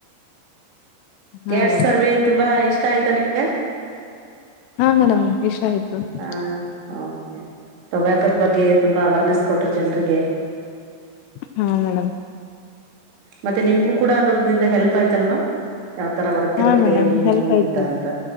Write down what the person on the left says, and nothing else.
ಹಾ ಮೇಡಮ್
ಹಾ ಮೇಡಮ್ ವಿಷ ಆಯ್ತು ಹ
ಹಾ ಮೇಡಮ್
ಹಾ
ಮೇಡಮ್
ಹೆಲ್ಪ್ ಆಯ್ತು